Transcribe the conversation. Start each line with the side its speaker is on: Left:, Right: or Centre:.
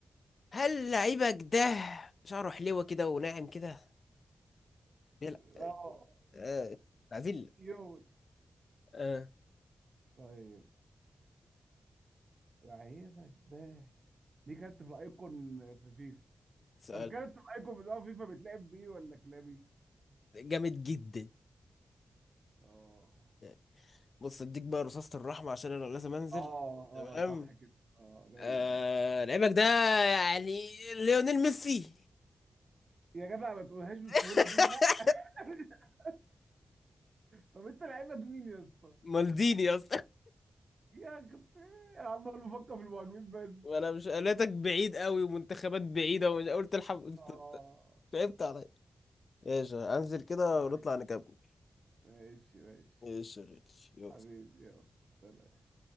Left: هل لعيبك ده شعره حلوة كده وناعم كده بيلعب
Right: اه
Left: آه العفيل
Right: كيوت
Left: آه
Right: طيب لعيبك ده دي كانت في الايكون في فيفا
Left: سؤال
Right: طب كانت في الايكون بتاع فيفا بتلعب بيه ولا كلابي
Left: جامد جدا
Right: اه
Left: يعني بص اديك بقى رصاصة الرحمة عشان انا لازم انزل
Right: اه اه
Left: تمام
Right: صح كده اه لازم
Left: آه لعيبك ده يعني ليونيل ميسي
Right: يا جدع ما تقولهاش بالسهوله
Left: <laughs>
Right: دي لا <laughs> طب انت لعيبك مين يا اسطى
Left: مالديني يا اسطى
Right: يا اخي انا عمال بفكر في المهاجمين بس
Left: وانا مش قالتك بعيد قوي ومنتخبات بعيدة ومش قلت الحب انت
Right: اه
Left: تعبت عليا ايش انزل كده
Right: عليك
Left: ونطلع نكمل
Right: ماشي ماشي
Left: ايش يا غالي. يلا
Right: حبيبي يلا سلام